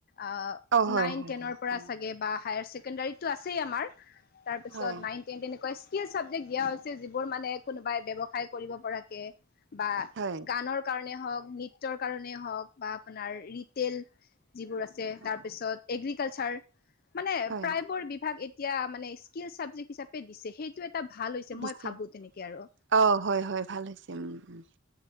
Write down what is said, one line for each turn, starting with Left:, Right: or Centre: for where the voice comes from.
Left: অ-
Right: হয়
Left: নাইন
Right: হয়
Left: টেনৰ
Right: হয়
Left: পৰা
Right: উম।
Left: চাগে বা হায়াৰ ছেকেণ্ডাৰীতো আছে আমাৰ তাৰপিছত
Right: হয়
Left: নাইন টেন তেনে- কুৱা স্কিল চাবজেক্ট দিয়া হৈছে যিবোৰ মানে কোনোবাই ব্যৱসায় কৰিব পৰাকে - বা
Right: হয়
Left: গানৰ - কাৰণে হ‌ওক, নৃত্যৰ কাৰণে হ‌ওক বা আপোনাৰ ৰিটেইল যিবোৰৰ আ - ছে,
Right: হয়
Left: তাৰ পিছত এগ্ৰিকালচাৰ, মানে
Right: হয়
Left: প্ৰায়েই বোৰ বিভাগ এতিয়া মানে স্কিল চাব- জেক হিচাপে দিছে, সেইটো এ- টা ভাল হৈছে
Right: দিছে
Left: মই ভাবো তেনেকে আৰু উ
Right: অ হয় হয় ভাল হৈছে উম উম।